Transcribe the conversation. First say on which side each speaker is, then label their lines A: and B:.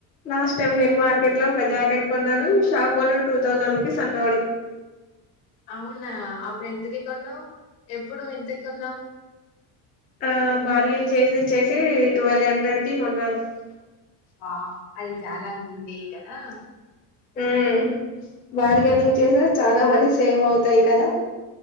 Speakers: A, on the left (about 20°); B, on the left (about 80°).
A: లాస్ట్ టైమ్ నేను మార్కెట్ లో ఒక జాకెట్ కొన్నాను shop owner two thousand rupees అన్నాడు
B: అవునా అప్పుడు ఎంతకి కొన్నావు ఎప్పుడు ఇంతకి కొన్నావు
A: ఆ బార్గెన్ చేసి చేసి ట్వెల్వ్ హండ్రెడ్ కి కొన్నాను
B: వావ్ అది చాలా గుడ్డే కదా
A: హు మ్ బార్గెనింగ్ చేసా చాలా మని సేవ్ అవుతాయి కదా